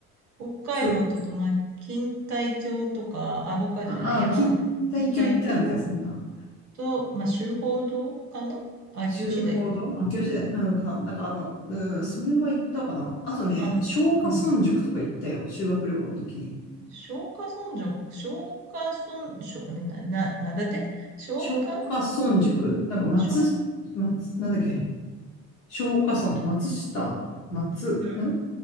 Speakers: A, on the right (about 85°); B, on the left (about 80°).
A: 北海道っていうと、
B: そう、
A: まあ、錦帯橋とか、あ、北海道じゃない、
B: ああ、
A: 山口、
B: 錦帯橋行ったような気がするな。
A: 錦帯橋と、まあ、周芳堂かな秋吉台っていう。
B: 週報堂秋吉台うんか。なんかあの、うん、それは行ったかな。あとね、
A: あの、
B: 松下村塾とか行ったよ。
A: うん。
B: 修学旅行の時に。
A: 松下村上、松下村、しょ、ね、な、な、なんだって松下松
B: 松下村塾なんか松、
A: 下
B: 松、なんだっけ松下村と松下、松、
A: う
B: ん